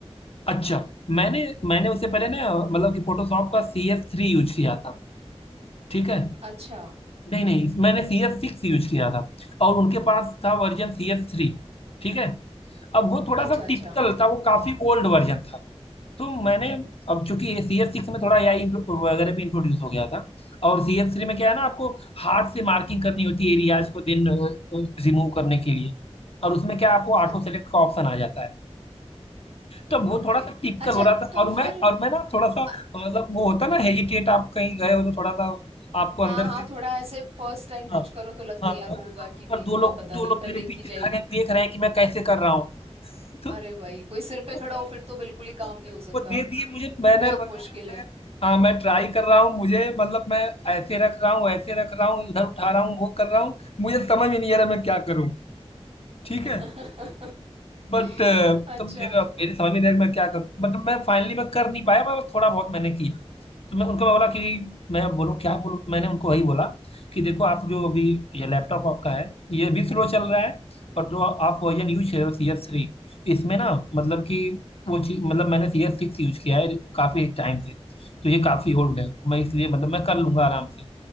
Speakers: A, on the left (about 60°); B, on the right (about 65°).
A: अच्छा मैंने मैंने उससे पहले ना मतलब कि फोटोशॉप का सी एस थ्री यूज किया था ठीक है
B: अच्छा
A: नहीं नहीं मैंने सी एस सिक्स यूज किया था और उनके पास था वर्जन सी एस थ्री ठीक है अब वो थोड़ा
B: अच्छा
A: सा
B: अच्छा
A: टिपिकल था वो काफी ओल्ड वर्जन था तो मैंने अब चूंकि सी एस सिक्स में थोड़ा ए आई वगैरह भी इंट्रोड्यूस हो गया था और सी एस थ्री में क्या है ना आपको हार्ड से मार्किंग करनी होती है एरियाज को दिन रिमूव करने के लिए और उसमें क्या आपको ऑटो
B: अच-
A: सेलेक्ट का ऑप्शन आ जाता है तो
B: ओके
A: वो थोड़ा सा टिपिकल
B: अच्छा
A: हो रहा था
B: तो
A: और
B: फिर
A: मैं और मैं ना थोड़ा सा
B: अ-
A: मतलब वो होता ना हेजिटेट आप कहीं गए हो तो थोड़ा सा आपको
B: हाँ
A: अंदर
B: हाँ
A: से
B: थोड़ा ऐसे फर्स्ट टाइम कुछ
A: हाँ
B: करो तो लगता
A: हाँ
B: है यार
A: तो
B: होगा
A: ऐसा
B: कि नहीं
A: पर दो
B: होगा
A: लोग
B: पता
A: दो
B: नहीं
A: लोग
B: पर
A: मेरे
B: देखी
A: पीछे
B: जाएगी
A: खड़े हैं, देख रहे हैं कि मैं कैसे कर रहा हूँ तो,
B: अरे भाई कोई सिर पे
A: तो
B: खड़ा
A: मैं
B: हो फिर तो बिल्कुल ही
A: तो
B: काम
A: वो,
B: नहीं हो सकता
A: वो दे दिए मुझे
B: बहुत
A: बैनर वगैरह
B: मुश्किल
A: मैं
B: है
A: हाँ मैं ट्राई कर रहा हूँ मुझे मतलब मैं ऐसे रख रहा हूँ ऐसे रख रहा हूँ इधर उठा रहा हूँ वो कर रहा हूँ मुझे समझ में नहीं आ रहा मैं क्या करूँ ठीक
B: <laughs>
A: है बट
B: अच्छा
A: तो फिर मेरे समझ में नहीं आया कि मैं क्या करूँ बट मैं फाइनली मैं कर नहीं पाया मैं थोड़ा बहुत मैंने किया तो मैं उनको बोला कि मैं बोलूँ क्या बोलूँ तो मैंने उनको वही बोला कि देखो आप जो अभी ये लैपटॉप आपका है ये भी स्लो चल रहा है और जो आप वर्जन यूज कर रहे हो सी एस थ्री इसमें ना मतलब कि वो चीज मतलब मैंने सी एस सिक्स यूज किया है काफ़ी टाइम से तो ये काफ़ी ओल्ड है मैं इसलिए मतलब मैं कर लूंगा आराम से